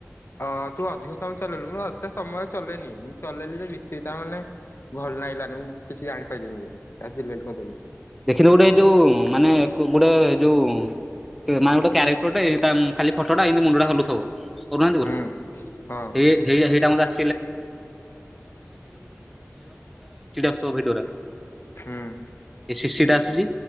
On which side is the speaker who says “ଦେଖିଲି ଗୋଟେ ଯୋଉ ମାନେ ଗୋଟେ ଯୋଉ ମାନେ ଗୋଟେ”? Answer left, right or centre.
Centre